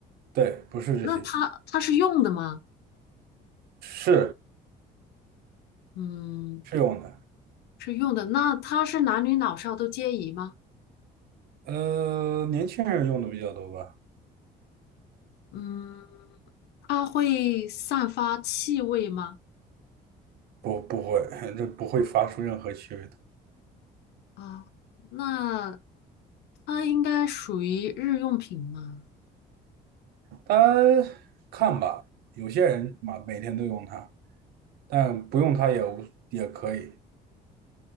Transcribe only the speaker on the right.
对，不是这些，
是
是用的。
呃，年轻人用的比较多吧？
不，不会，<laughs> 这不会发出任何气味的。
它看吧，有些人嘛，每天都用它。但不用它也无也可以，